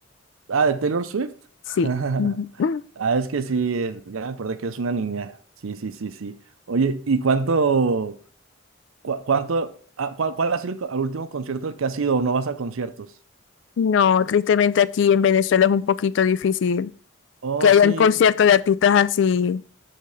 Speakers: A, on the right; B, on the left.
A: Ah, de Taylor Swift.
B: sí.
A: <laughs>
B: <laughs> Ujú.
A: Ah, es que sí, es- ya me acordé que es una niña. Sí, sí, sí, sí. Oye, ¿y cuánto, cua- cuánto, ah, cuál, cuál ha sido el, co- al último concierto al que has ido o no vas a conciertos?
B: No, tristemente aquí en Venezuela es un poquito difícil
A: Oh,
B: que hayan
A: sí,
B: conciertos de artistas así.